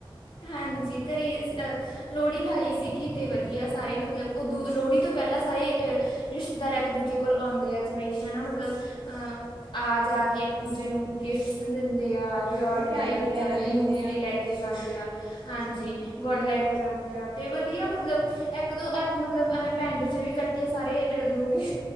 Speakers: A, on the left; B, on the right.
A: ਹਾਂਜੀ, ਕਰੇ ਅ ਲੋਹੜੀ ਲਾਈ ਸੀਗੀ ਤੇ ਵਧੀਆ ਸਾਰੇ ਮਤਲਬ ਉਦੋ ਲੋਹੜੀ ਤੋਂ ਪਹਿਲਾਂ ਸਾਰੇ ਅ ਰਿਸ਼ਤੇਦਾਰ ਇੱਕ ਦੂਜੇ ਕੋਲ ਆਉਂਦੇ ਆ ਜਿਵੇਂ ਕਿ ਹਨਾ ਮਤਲਬ ਅਹ ਆ ਜਾ ਕੇ ਇੱਕ ਦੂਜੇ ਨੂੰ ਗਿਫਟਸ ਦਿੰਦੇ ਆ ਰਿਓੜੀਆਂ
B: ਮਠਿਆਈ
A: ਲੈ ਕੇ
B: ਵਗੈਰਾ
A: ਜਾਂਦੇ
B: ਦਿੰਦੇ
A: ਮੂੰਫਲੀ
B: ਆ
A: ਲੈ ਕੇ ਕੇ ਜਾਂਦੇ ਆ, ਹਾਂਜੀ
B: ਠੀਕ
A: ਗੁੜ
B: ਹੈ।
A: ਲੈ ਕੇ ਜਾਂਦੇ ਆ ਤੇ ਵਧੀਆ ਮਤਲਬ ਇੱਕ ਦੋ ਇੱਕ ਮਤਲਬ ਪਿੰਡ ਚ ਵੀ ਕੱਟ ਠੇ ਸਾਰੇ ਲੋਹੜੀ